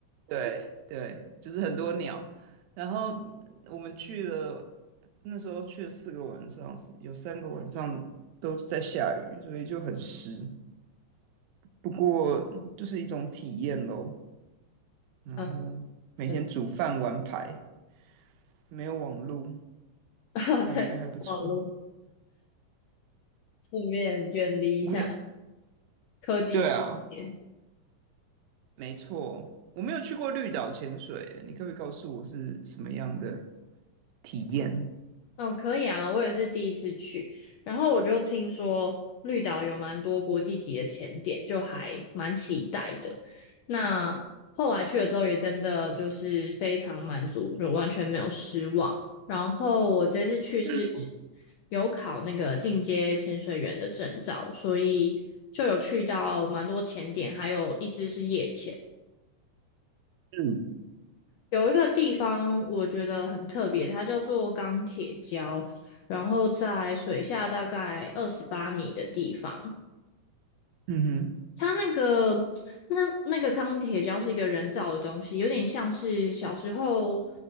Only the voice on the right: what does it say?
对对，就是很多鸟。然后我们去了，那时候去了四个晚上，有三个晚上都在下雨，所以就很湿。不过就是一种体验咯。然后每天煮饭玩牌，
没有网路，
感觉还不错。
我们也
对啊，没错，我没有去过绿岛潜水，你可不可以告诉我是什么样的体验？
嗯
嗯
嗯哼